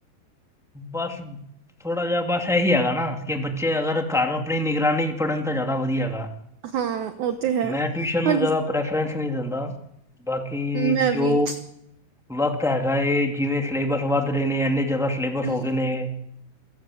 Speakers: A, in the centre; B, on the right.
A: ਬਸ। ਥੋੜਾ ਜਿਹਾ ਬਸ ਇਹੀ ਹੈਗਾ ਨਾ ਕਿ ਬੱਚੇ ਅਗਰ ਘਰ ਆਪਣੀ ਨਿਗਰਾਨੀ ਚ ਪੜ੍ਹਨ ਤਾਂ ਜ਼ਿਆਦਾ ਵਧੀਆ ਹੈਗਾ।
B: ਹਾਂ ਉਹ ਤੇ ਹੈ
A: ਮੈਂ ਟਿਊਸ਼ਨ ਨੂੰ
B: ਪਰ
A: ਜ਼ਿਆਦਾ ਪ੍ਰੈਫਰੈਂਸ ਨਹੀਂ ਦਿੰਦਾ ਬਾਕੀ
B: ਮੈਂ
A: ਜੋ
B: ਵੀ
A: ਵਕਤ ਹੈਗਾ ਏ ਜਿਵੇਂ ਸਿਲੇਬਸ ਵੱਧ ਰਹੇ ਨੇ ਇੰਨੇ ਜਿਆਦਾ। ਸਿਲੇਬਸ
B: ਹੂੰ
A: ਹੋ ਗਏ ਨੇ।